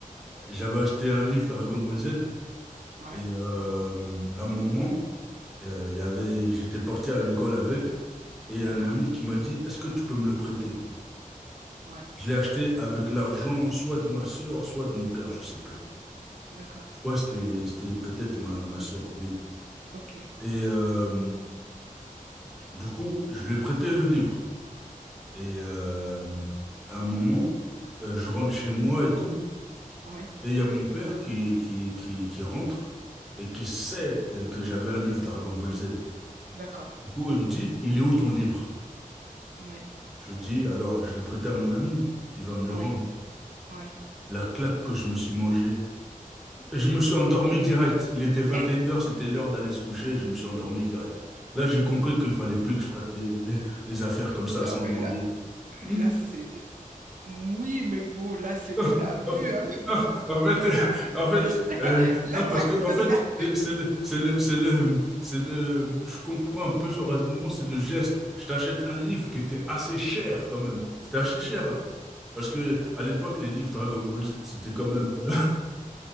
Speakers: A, in the centre; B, on the right.
A: J'avais acheté un livre Dragon Ball Z
B: ouais,
A: et euh, à un moment, euh, il y avait, j'étais parti à l'école avec et
B: d'accord,
A: un ami qui m'a dit, est-ce que tu peux me le prêter?
B: ouais,
A: Je l'ai acheté avec l'argent soit de ma sœur, soit de mon père, je sais plus.
B: d'accord,
A: Je crois que c'était, c'était peut-être ma, ma sœur, oui.
B: ok,
A: Et euh, du coup, je lui ai prêté le livre. Et euh, à un moment, euh, je rentre chez moi et tout,
B: ouais,
A: et il y a mon père qui, qui, qui, qui rentre et qui sait euh, que j'avais un livre Dragon Ball Z.
B: d'accord,
A: Du coup, il me dit, il est où ton livre?
B: ouais,
A: Je lui dis, alors, je l'ai prêté à mon ami. Il va me le
B: ouais,
A: rendre.
B: ouais.
A: La claque que je me suis mangée. Je me suis endormi direct. Il était vingt
B: Eh?
A: et une heures. c'était l'heure d'aller se coucher, je me suis endormi direct. Là, j'ai compris qu'il fallait plus que je prête les, les- les affaires comme ça
B: Non,
A: sans
B: mais
A: demander.
B: là,
A: Hmm
B: là, c'est de... Oui, mais bon, là, c'est
A: <laughs>
B: de l'abus, hein.
A: Non, En fait, non, en fait,
B: <laughs>
A: euh, en fait, euh,
B: Là,
A: non, parce
B: c'est un
A: que, en
B: peu
A: fait,
B: de l'abus.
A: c'est c'est le, c'est le, c'est le, c'est le, je comprends un peu son raisonnement, c'est le geste. Je t'achète un livre qui était assez cher quand même. C'était assez cher. hein. Parce que à l'époque, les livres Dragon Ball Z, c'était quand même, euh,